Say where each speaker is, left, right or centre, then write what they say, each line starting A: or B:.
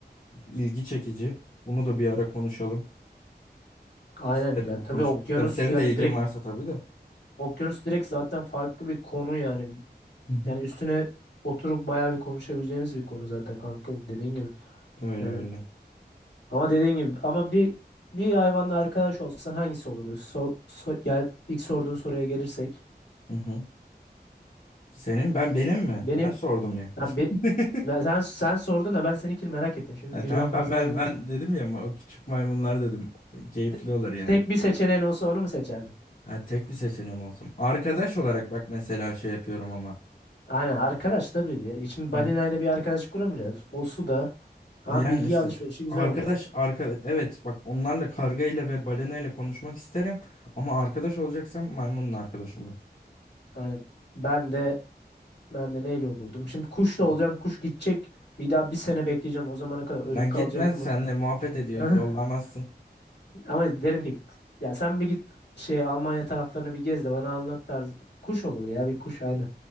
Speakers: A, on the left; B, on the left.
A: ilgi çekici. Bunu da bir ara konuşalım.
B: Aynen
A: İsterim
B: ya
A: ben
B: tabii
A: konuşmak
B: okyanus
A: isterim. Senin
B: yani
A: de ilgin
B: direkt
A: varsa tabii de.
B: okyanus direkt zaten farklı bir konu yani.
A: Hı hı.
B: Yani üstüne oturup bayağı bir konuşabileceğimiz bir konu zaten kanka dediğin gibi.
A: Öyle
B: Yani
A: öyle.
B: Ama dediğin gibi ama bir bir hayvanla arkadaş olsan hangisi olurdu? So, so- gel ilk sorduğun soruya gelirsek.
A: Hı hı. Senin ben benim mi?
B: Benim
A: Ben sordum ya.
B: ha, be-
A: <laughs>
B: ben, sen sen sordun da ben seninkini merak ettim. Şimdi
A: Ha,
B: birden
A: tamam
B: fazla
A: ben ben
B: hayvan
A: ben dedim ya o küçük maymunlar dedim. Keyifli
B: de-
A: olur yani.
B: tek bir seçeneğin olsa onu mu seçerdin?
A: Ha tek bir seçeneğim olsun. Arkadaş
B: Evet.
A: olarak bak mesela şey yapıyorum ama.
B: Aynen arkadaş tabii. Ya. Şimdi
A: Hı
B: balinayla
A: hı.
B: bir arkadaşlık kuramayacağız. O su da ama
A: Yani
B: bilgi
A: işte
B: alışverişi güzel
A: arkadaş
B: olur.
A: arkadaş evet bak onlarla kargayla ve balenayla konuşmak isterim ama arkadaş olacaksam maymunla arkadaş olurum.
B: Yani ben de ben de neyle olurdum? Şimdi kuş da
A: Hı.
B: olacağım. Kuş gidecek. Bir daha bir sene bekleyeceğim. O zamana kadar ölüp
A: Lan
B: kalacak
A: gitmez
B: mı?
A: senle muhabbet ediyor
B: <laughs>
A: yollamazsın.
B: Ama derim ki ya sen bir git şey Almanya taraflarını bir gez de bana anlat tarzı. Kuş olurdu ya bir kuş aynen.